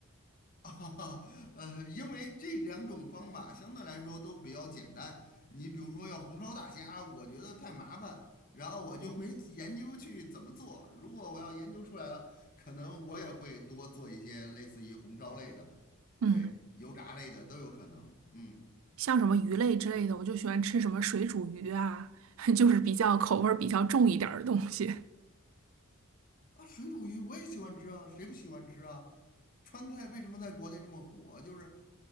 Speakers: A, on the left (about 40°); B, on the right (about 65°).
A: <laughs> 啊，呃，因为这两种方法相对来说都比较简单。你比如说要红烧大虾，我觉得太麻烦，然后我就没研究去怎么做。如果我要研究出来了，可能我也会多做一些类似于红烧类的，
B: 嗯，
A: 对，油炸类的都有可能。嗯，
B: 像什么鱼类之类的，我就喜欢吃什么水煮鱼啊，<laughs> 就是比较口味儿比较重一点儿的东西。
A: 啊，水煮鱼我也喜欢吃啊，谁不喜欢吃啊？川菜为什么在国内这么火？就是